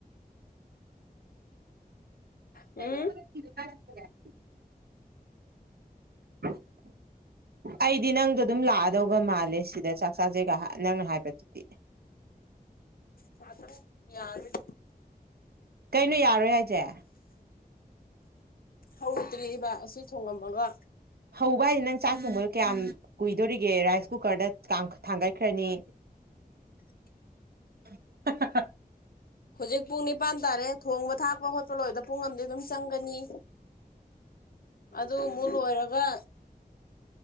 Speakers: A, on the right; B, on the left.
A: <unintelligible>
B: ꯎꯝ
A: <unintelligible> ꯑꯩꯗꯤ ꯅꯪꯗꯣ ꯑꯗꯨꯝ ꯂꯥꯛꯑꯗꯧꯒ ꯃꯥꯜꯂꯦ ꯁꯤꯗ ꯆꯥꯛ ꯆꯥꯖꯦꯒ ꯅꯪꯅ ꯍꯥꯏꯕꯗꯨꯗꯤ <inaudible>
B: ꯉꯥꯇꯪ ꯌꯥꯔꯂꯣꯏ
A: ꯀꯩꯅꯣ ꯌꯥꯔꯣꯏ ꯍꯥꯏꯖꯦ
B: ꯍꯧꯗ꯭ꯔꯤꯕ ꯑꯁꯤ ꯊꯣꯉꯝꯃꯒ
A: ꯍꯧꯕ ꯍꯥꯏꯖꯦ ꯅꯪ ꯆꯥꯛ ꯊꯣꯡꯕꯗꯣ ꯀꯌꯥꯝ ꯀꯨꯏꯗꯣꯔꯤꯒꯦ ꯔꯥꯏꯁ ꯀꯨꯀꯔꯗ ꯀꯥꯝ ꯊꯥꯡꯒꯠꯈ꯭ꯔꯅꯤ
B: ꯑꯗꯨ <inaudible>
A: <inaudible> ꯍꯥ ꯍꯥ ꯍꯥ
B: ꯍꯧꯖꯤꯛ ꯄꯨꯡ ꯅꯤꯄꯥꯟ ꯇꯥꯔꯦ ꯊꯣꯡꯕ ꯊꯥꯛꯄ ꯈꯣꯠꯄ ꯂꯣꯏꯕꯗ ꯄꯨꯡ ꯑꯃꯗꯤ ꯑꯗꯨꯝ ꯆꯪꯒꯅꯤ ꯑꯗꯨ ꯑꯃꯨꯛ ꯂꯣꯏꯔꯒ